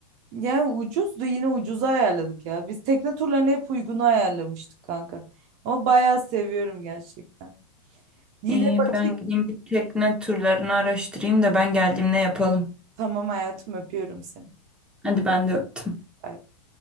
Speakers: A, on the right; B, in the centre.
A: Yani ucuzdu yine ucuza ayarladık ya. Biz tekne turlarını hep uygunu ayarlamıştık kanka. Ama bayağı seviyorum gerçekten. Yine
B: İyi
A: bakayım.
B: ben gideyim bir tekne turlarını araştırayım da ben geldiğimde yapalım.
A: Tamam hayatım öpüyorum seni.
B: Hadi ben de öptüm.
A: Bay bay.